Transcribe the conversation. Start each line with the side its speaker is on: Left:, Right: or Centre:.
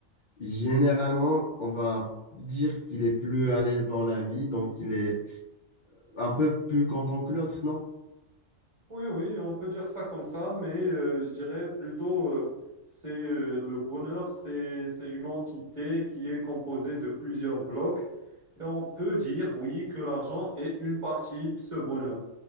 Left: généralement, on va dire qu'il est plus à l'aise dans la vie, donc
Right: Mhm.
Left: il est un peu plus content que l'autre, non?
Right: Oui, oui, on peut dire ça comme ça, mais euh, je dirais plutôt, euh, c'est euh, le bonheur, c'est c'est une entité qui est composée de plusieurs blocs, et on peut dire, oui, que l'argent est une partie de ce bonheur.